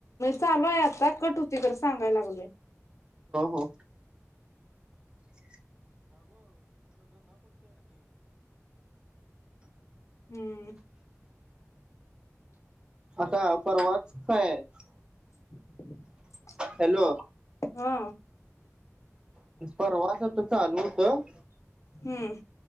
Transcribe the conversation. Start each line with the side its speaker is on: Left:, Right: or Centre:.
Left: चालूय आता कट होत ते तर सांगायला लागलेय.
Right: हो <unintelligible> <inaudible>
Left: हम्म
Right: आता परवाच काय आहे?
Left: <inaudible>
Right: हॅलो
Left: हा
Right: परवाच चालू होतं.
Left: हम्म